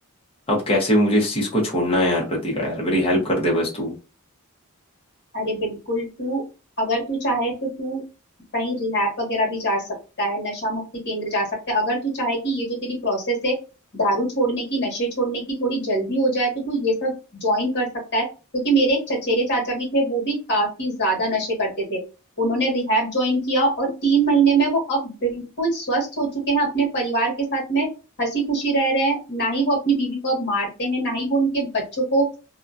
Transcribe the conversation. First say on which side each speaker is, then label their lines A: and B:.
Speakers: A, on the left; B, on the left.
A: अब कैसे भी मुझे इस चीज़ को छोड़ना है यार कृतिका यार मेरी हेल्प कर दे बस तू
B: अरे बिल्कुल तू अगर तू चाहे तो तू कहीं रिहैब वगैरह भी जा सकता है नशा मुक्ति केंद्र जा सकता है अगर तू चाहे कि ये जो तेरी प्रोसेस है दारू छोड़ने की नशे छोड़ने की थोड़ी जल्दी हो जाए तो तू ये सब ज्वाइन कर सकता है क्योंकि मेरे एक चचेरे चाचा भी थे वो भी काफी ज्यादा नशे करते थे उन्होंने रिहैब ज्वाइन किया और तीन महीने में वो अब बिल्कुल स्वस्थ हो चुके हैं अपने परिवार के साथ में हंसी खुशी रह रहे हैं ना ही वो अपनी बीवी को अब मारते हैं ना ही वो उनके बच्चों को